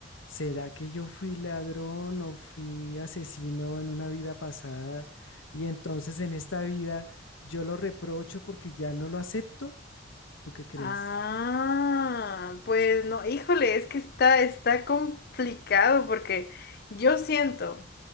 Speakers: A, on the left (about 80°); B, on the left (about 50°).
A: ¿será que yo fui ladrón o fui asesino en una vida pasada? Y entonces en esta vida yo lo reprocho porque ya no lo acepto. ¿Tú qué crees?
B: Ah, pues no, híjole, es que está, está complicado porque yo siento